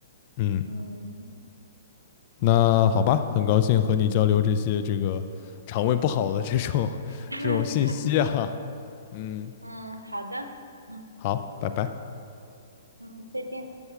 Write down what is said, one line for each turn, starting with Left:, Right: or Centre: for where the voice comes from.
Left: 嗯。
Right: 嗯
Left: 那好吧，很高兴和你交流这些这个肠胃不好的这种 <laughs>
Right: <laughs>
Left: 这种信息啊。嗯，
Right: 嗯，好的，嗯
Left: 好，拜拜。
Right: 嗯，再见。